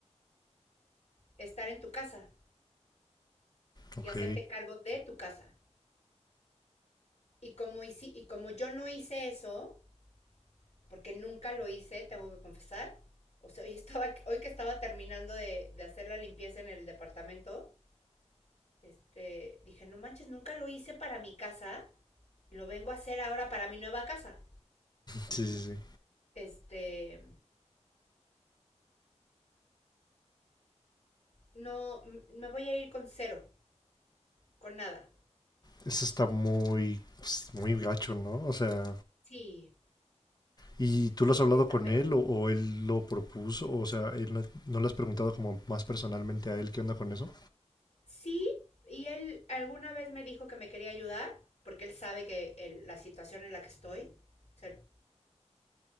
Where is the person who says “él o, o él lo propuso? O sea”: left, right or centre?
Left